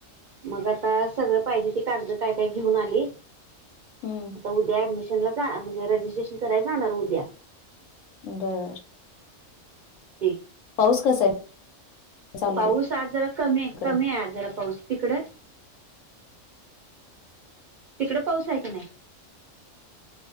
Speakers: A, on the right (about 55°); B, on the left (about 75°).
A: मग आता सगळं पाहिजे ती कागदं काय काय घेऊन आली.
B: हम्म
A: आता उद्या ऍडमिशनला जा म्हणजे रजिस्ट्रेशन कराय जाणार उद्या.
B: बर.
A: ते
B: पाऊस कसा आहे? चालू
A: पाऊस आज जरा कमी
B: तिकडं
A: हाय, कमी हाय आज जरा पाऊस तिकड? तिकडं पाऊस हाय का नाही?